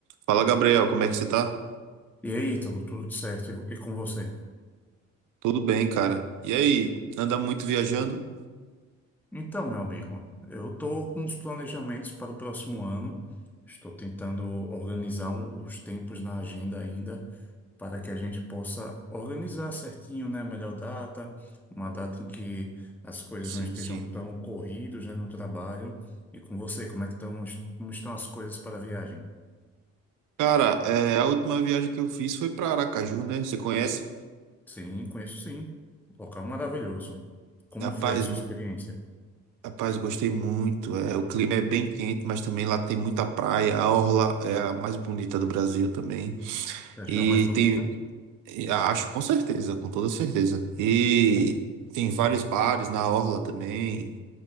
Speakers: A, on the right; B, in the centre.
A: Fala, Gabriel, como é que você tá?
B: E aí, Ítalo, tudo certo? E e com você?
A: Tudo bem, cara. E aí, anda muito viajando?
B: Então, meu amigo, eu estou com os planejamentos para o próximo ano. Estou tentando organizar um- os tempos na agenda ainda para que a gente possa organizar certinho, né? a Melhor data, uma data em que as coisas
A: Sim,
B: não estejam
A: sim.
B: tão corridas, né, no trabalho. E com você, como é que estão, as- como estão as coisas para a viagem?
A: Cara, é, a última viagem que eu fiz foi pra Aracaju, né? Você conhece?
B: Sim, conheço sim. Local maravilhoso. Como
A: Rapaz,
B: foi a sua
A: mu-
B: experiência?
A: rapaz, gostei muito. É, o clima é bem quente, mas também lá tem muita praia. A orla é a mais bonita do Brasil também.
B: Você achou
A: E
B: a mais bonita?
A: tem, e acho com certeza, com toda certeza. E tem vários bares na orla também.